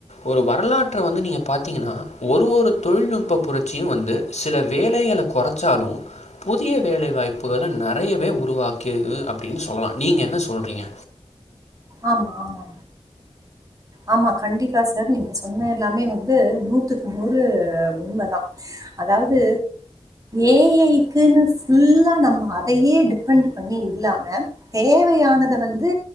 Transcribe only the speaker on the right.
ஆமா ஆமா ஆமா கண்டிப்பா சார் நீங்க சொன்ன எல்லாமே வந்து நூத்துக்கு நூறு உண்ம தா அதாவது ஏ ஐக்குன்னு ஃபுல்லா நம்ம அதயே டிபெண்ட் பண்ணி இல்லாம தே வையானத வந்து